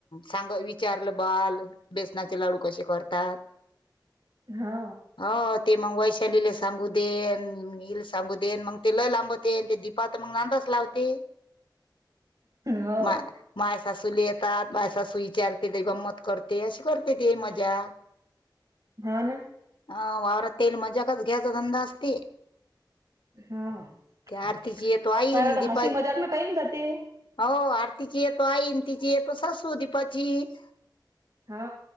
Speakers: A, on the left; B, on the right.
A: सांग विचारलं बाल बेसनाचे लाडू कशे कर तात
B: हो
A: हो ते मग वैशालीला सांगू देन हल सांगू देन मग ते लय लांबते आणि ते दीपाात मग नांदच लावते
B: हो
A: मा मायसाासली येतात मायसाासई गंमत करते अशी करते ते मजा
B: हो ना
A: ह वावरात तेल मजाकच घ्यायचा धंदा असते
B: हम्म
A: त्या आरतीची येतो आईन दीपा
B: हशी मजाक ते टाईम जाते
A: हो आरतीची येतो आई येत सासू दिपाची
B: हो